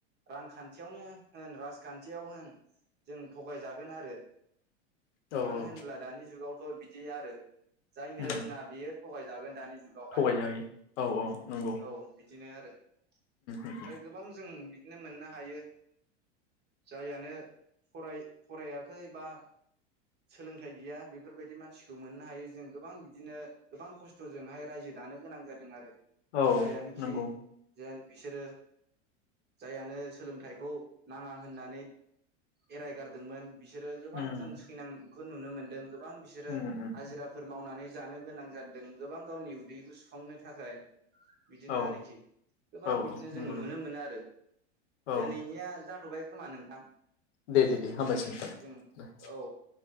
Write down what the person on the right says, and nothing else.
रांखान्थियावनो होन राजखान्थियाव होन जों थगायजागोन आरो ।
मानो
होनब्ला दानि जुगाव बिदि आरो । जायनो
रोङा बेयो थगायजागोन दानि
जुगावहाय
औ बिदिनो आरो ओमफ्राय
गोबां जों बिनो मोननो हायो जाययानो फराय फरायाखै बा सोलोंथाइ गैया बेफोरबायदि मानसिखौ मोननो हायो जों गोबां बिदिनो गोबां खस्थ'जोंहाय रायजो दानो गोनां जादों आरो।
जायानाखि
जेन बिसोरो जाययानो सोलोंथाइखौ नाङा होननानै एरायगारदोंमोन बि सोरो गोबां
जों सैनां खो नुनो मोनदों। गोबां बिसोरो
हाजिराफोर मावनानै जानो गोनां जादों गोबां गावनि उदैखौ सुफांनो था थाखाय बिदिनो
आरोखि गोबां
बिदिनो
जों नुनो
मोनो आरो ।
दोनैनिया जाथ'बाय खोमा नोंथां
जों औ